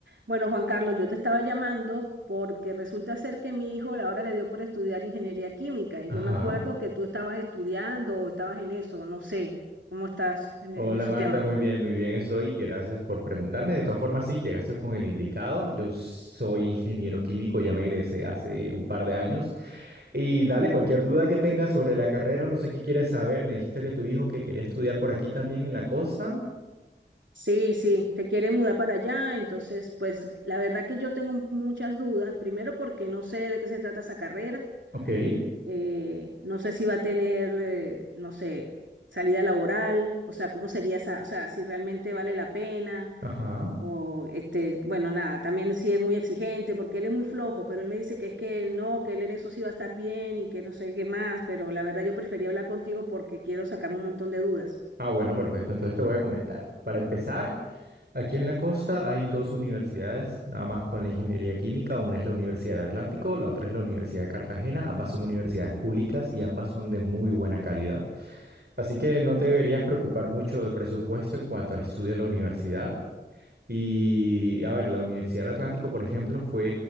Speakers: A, on the right (about 85°); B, on the right (about 60°).
A: Bueno, Juan Carlos, yo te estaba llamando porque resulta ser que mi hijo ahora le dio por estudiar ingeniería química y
B: Ajá.
A: yo me acuerdo que tú estabas estudiando o estabas en eso, no sé, ¿cómo estás en,
B: Hola
A: en ese
B: Marta,
A: tema?
B: muy bien, muy bien estoy. Gracias por preguntarme. De todas formas, sí, llegaste con el indicado. Yo soy ingeniero químico, ya me egresé hace un par de años. Y dale, cualquier duda que tengas sobre la carrera, no sé qué quieres saber. Me dijiste que tu hijo que quería estudiar por aquí también en la costa.
A: Sí, sí, te quiere mudar para allá, entonces pues la verdad que yo tengo muchas dudas, primero porque no sé de qué se trata esa carrera,
B: Ok.
A: eh, no sé si va a tener, eh, no sé, salida laboral, o sea, cómo sería esa, o sea, si realmente vale la pena.
B: Ajá.
A: O este, bueno, nada, también sí es muy exigente porque él es muy flojo, pero él me dice que es que no, que él en eso sí va a estar bien y que no sé qué más, pero la verdad yo prefería hablar contigo porque quiero sacarme un montón de dudas.
B: Ah, bueno, perfecto. Entonces te voy a comentar. Para empezar. Aquí en la costa hay dos universidades, nada más con la ingeniería química. Una es la Universidad del Atlántico, la otra es la Universidad de Cartagena. Ambas son universidades públicas y ambas son de muy buena calidad. Así que no te deberías preocupar mucho del presupuesto en cuanto al estudio en la universidad. Y a ver, la Universidad del Atlántico, por ejemplo, fue